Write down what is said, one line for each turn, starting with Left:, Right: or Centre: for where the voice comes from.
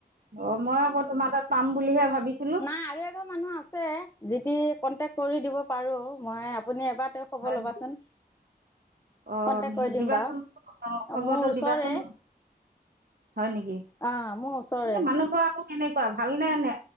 Right: অ মই আক তোমাৰ তাত পাম বুলিহে ভাবিছো
Left: নাই আৰু এঘৰ মানুহ আছে যেদি কন্টেক কৰি দিব পাৰো। মই আপুনি এবাৰ ত খবৰ
Right: হয়
Left: ল'বাচোন।
Right: নেকি অ',
Left: কণ্টেক্ট কৰি দিম
Right: দিবাচন
Left: বাৰু
Right: অ', খবৰটো
Left: মোৰ ওচৰে
Right: দিবাচন। হয় নেকি।
Left: অঁ মোৰ ওচৰে
Right: এই মানুহঘৰ আকৌ কেনেকুৱা? ভালনে নে